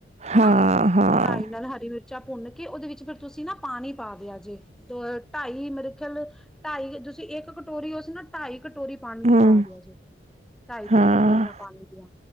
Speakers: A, in the centre; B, on the right.
A: ਹੈਨਾ
B: ਹਾਂ, ਹਾਂ
A: ਰਾਾਈ ਨਾਲ ਹਰੀ ਮਿਰ ਚਾਹ ਭੁੰਨ ਕੇ ਉਹਦੇ ਵਿੱਚ ਫਿਰ ਤੁਸੀਂ ਨਾ ਪਾਣੀ ਪਾ ਦਿਆ ਜੇ। ਦ ਢਾਈ ਮ੍ਰਿਖਲ ਢਾਈ ਤੁਸੀਂ ਇੱਕ ਕਟੋਰੀ ਹੋ ਸੀ ਨਾ ਢਾਈ ਕਟੋਰੀ ਪਾਣੀ ਦੀ
B: ਹੂੰ
A: ਪਾ ਦੀ ਆ ਜੇ, ਢਾਈ-ਤਿੰਨ
B: ਹਾਂ
A: ਕਟੋਰੀਆਂ ਪਾਣੀ ਦੀਆਂ।